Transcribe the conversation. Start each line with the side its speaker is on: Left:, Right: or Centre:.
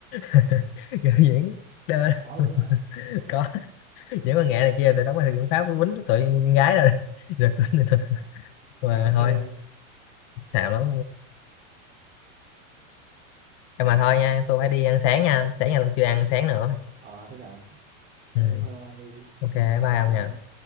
Left: <laughs> giờ diễn đơ <laughs>
Right: có luôn
Left: lắm.
Right: đó hả
Left: có diễn
Right: <laughs>
Left: văn nghệ này kia để đóng vai thực dân Pháp cứ quýnh tụi con gái rồi <laughs> rồi quýnh rồi. mà
Right: Trời
Left: thôi
Right: ơi.
Left: xạo lắm mà mà thôi nha tôi phải đi ăn sáng nha sáng nhà tôi chưa ăn sáng nữa
Right: ờ thế cả ờ
Left: ừ.
Right: thế thôi ông ăn đi
Left: ok bye ông
Right: bye
Left: nha